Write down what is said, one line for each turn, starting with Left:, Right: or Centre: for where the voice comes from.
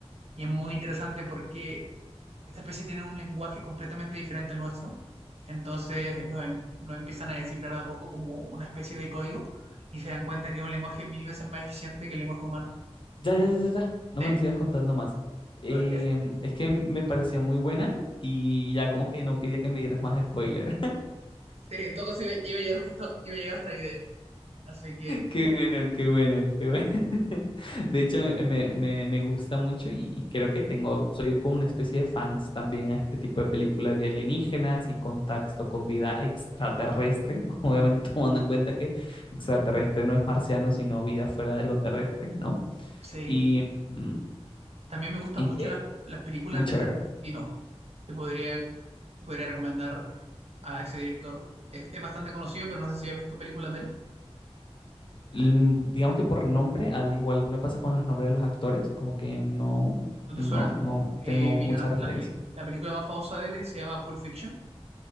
Right: y es muy interesante porque esta especie tiene un lenguaje completamente diferente al nuestro. Entonces lo, em- lo empiezan a descifrar de a poco como una especie de código y se dan cuenta que es un lenguaje mil veces más eficiente que el lenguaje humano.
Left: Ya, ya, ya, ya, ya, no
Right: ¿Sí?
Left: me lo sigas contando más. Em,
Right: Eso.
Left: es que me pareció muy buena y ya como que no quería que me dieras más spoiler.
Right: Sí, en todo caso iba, iba a llegar justo, iba a llegar hasta ahí, de hecho. Así que
Left: Qué bueno, qué bueno, qué bueno. <laughs> De hecho, eh, me, me- me gusta mucho y, y creo que tengo, soy como una especie de fans también a este tipo de películas de alienígenas y contacto con vida extraterrestre, <laughs> obviamente tomando en cuenta que extraterrestre no es marciano, sino vida fuera de lo terrestre, ¿no?
Right: sí.
Left: Y, mm,
Right: También me gustan
Left: y
Right: mucho
Left: que,
Right: las, las películas
Left: muy chévere.
Right: de Tarantino. Te podría, te podría recomendar a ese director. Es, es bastante conocido, pero no sé si has visto películas de él.
Left: Mm, Digamos que por nombre, al igual me pasa con los nombres de los actores, como que no,
Right: ¿No te
Left: no,
Right: suena?
Left: no
Right: Eh,
Left: tengo
Right: mira,
Left: mucha referencia.
Right: la peli- la película más famosa de él se llama Pulp Fiction.